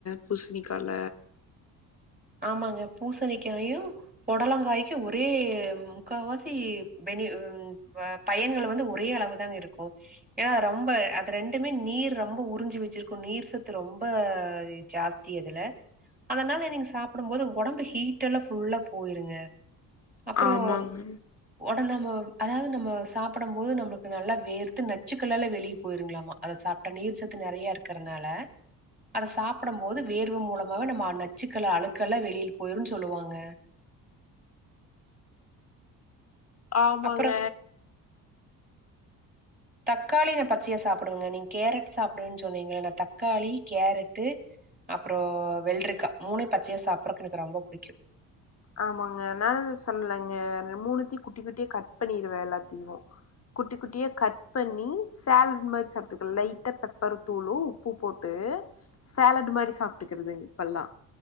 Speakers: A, on the left (about 30°); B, on the right (about 20°).
A: பூசணிக்கால
B: ஆமாங்க பூசணிக்காயு புடலங்காய்க்கு ஒரே முக்காவாசி பெனிவுன் வப் பையன்கள் வந்து ஒரே அளவு தா இருக்கு ஏனா ரொம்ப அது ரெண்டுமே நீர் ரொம்ப உறிஞ்சி வச்சிருக்கு நீர் சத்து ரொம்பஸ அ ஜாஸ்தி அதுல அதனால நீங்க சாப் புடுபோது உடம்பு ஹீட்டெல்லா ஃபுல்லா போயிருங்க அப்றோன்
A: ஆமாங்க.
B: உட நம்மோ அதாவது நம்ம சாப்படோபோது நம்மளுக்கு நல்லா வேர்த்து நச்சுக்களால வெளியே போயிருங்களாமா அத சாப்டா நீர்ச்சத்து நெறைய இருக்கறனால அத சாப்டம்போது வேர்வ மூலமாக நம்ம நச்சுக்கள அழுக்கெல்ல வெளில போயிருன்னு சொல்லுவாங்க
A: ஆமாங்க
B: அப்புறம் தக்காளி நா பச்சையா சாப்டுவங்க நீங்க கேரட் சாப்டுவேன்னு சொன்னீங்களா நா தக்காளி கேரட்டு அப்ரோ வெள்ரிக்கா மூணு பச்சையா சாப்டுறதுக்கு எனக்கு ரொம்ப புடிக்கு
A: ஆமாங்க மேல சொல்லலங்க மூணுத்தையு குட்டி குட்டி கட் பண்ணிருவே எல்லாத்தையு குட்டி குட்டியா கட் பண்ணி சேலட் மாரி சாப்பிட்டுக்கலா லைட்டா பெப்பர் தூளும் உப்பு போட்டு போட்டு சேலட் மாரி சாப்ட்டுகிறது இப்பல்லா